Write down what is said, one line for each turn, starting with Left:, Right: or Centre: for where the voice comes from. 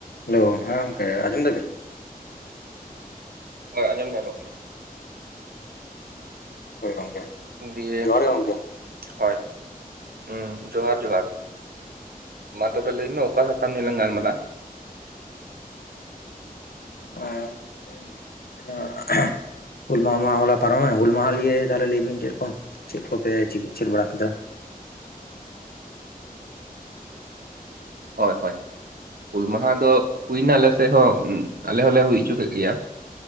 Left: Hello, ᱦᱮᱸ ᱜᱚᱢᱠᱮ ᱟᱸᱡᱚᱢ ᱫᱟᱵᱤᱱ?
Right: ᱦᱳᱭ ᱟᱸᱡᱚᱢ ᱧᱟᱢᱚᱜ ᱠᱟᱱᱟ᱾
Left: ᱦᱳᱭ ᱜᱚᱝᱠᱮ᱾
Right: ᱫᱤᱭᱮ
Left: ᱡᱚᱦᱟᱨ ᱜᱮ ᱜᱚᱝᱠᱮ
Right: ᱦᱚᱭ, ᱩᱸ ᱡᱚᱦᱟᱨ ᱡᱚᱦᱟᱨ᱾ ᱢᱟ ᱛᱚᱵᱮ ᱞᱟᱹᱭ ᱢᱮ ᱚᱠᱟ ᱥᱟᱛᱟᱢ ᱱᱤᱭᱮ ᱞᱟᱝ ᱜᱟᱞᱢᱟᱨᱟᱜᱼᱟ? <inaudible>
Left: ᱟᱸ, <inaudible> ᱦᱩᱞ ᱢᱟᱦᱟᱦᱟ ᱢᱟ ᱦᱚᱞᱟ ᱯᱟᱨᱚᱢ ᱮᱱᱟ, ᱦᱩᱞ ᱢᱟᱦᱟ ᱞᱤᱭᱮ ᱛᱟᱦᱚᱞᱮ ᱞᱟᱹᱭ ᱵᱤᱱ ᱪᱮᱫ ᱠᱚᱯᱮ ᱪᱤᱠᱟᱹ ᱪᱮᱫ ᱵᱟᱲᱟ ᱠᱮᱫᱟ?
Right: ᱦᱳᱭ ᱦᱳᱭ᱾ ᱦᱩᱞ ᱢᱟᱦᱟ ᱫᱚ ᱦᱩᱭ ᱱᱟ ᱟᱞᱮ ᱥᱮ ᱦᱚᱸ, ᱟᱞᱮ ᱦᱚᱸᱞᱮ ᱦᱩᱭ ᱦᱚᱪᱚ ᱠᱮᱫ ᱜᱮᱭᱟ᱾